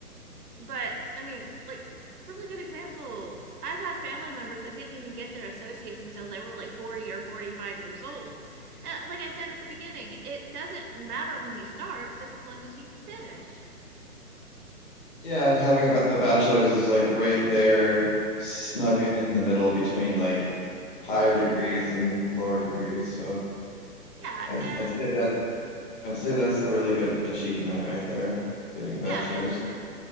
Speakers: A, on the right (about 75°); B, on the left (about 35°).
A: but I mean, like, really good example. I've had family members that didn't even get their associates until they were like 40 or 45 years old. Uh, like I said at the beginning, it doesn't matter when you start, just as long as you finish.
B: yeah, and having a, ba- a bachelor's is like right there, snug in the middle between like higher degrees and lower degrees. So
A: Yeah.
B: I'd,
A: And
B: I'd say that I'd say that's a really good achievement right there, getting a bachelor's.
A: yeah. And